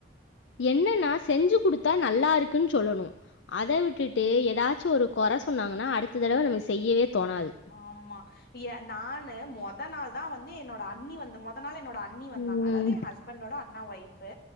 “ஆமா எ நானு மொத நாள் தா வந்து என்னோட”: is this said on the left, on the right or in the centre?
Left